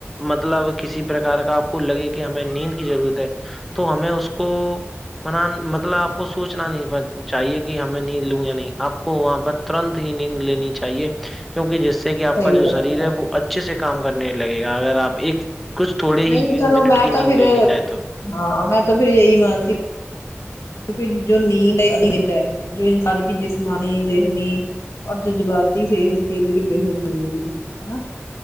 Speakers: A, in the centre; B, on the left.
A: مطلب کسی پرک کا آپ کو لگے کہ ہمیں نیند کی ضرورت ہے تو ہمیں اس کو من مطلب آپ کو سوچنا نہیں پڑتا چاہیے کہ ہم میں نیند لوں یا نہیں آپ کو وہاں پر ترنت ہی نیند لینی چاہیے کیونکہ جس سے کہ آپ
B: صحیح
A: کا جو
B: فرمایا
A: شریر ہے وہ اچھے سے کام کرنے لگے گا اگر آپ ایک کچھ تھوڑے
B: نہیں
A: ہی
B: چلو
A: منٹ
B: میں
A: کی
B: تو
A: نیند
B: پھر
A: لے لی جائے تو
B: ہاں میں تو پھر یہی مانتی کیونکہ جو نیند ہے ن ہے جو انسان کی جسمانی ذہنی اور جذباتی صحت کے لیے بےحد دوری ہے ہے نا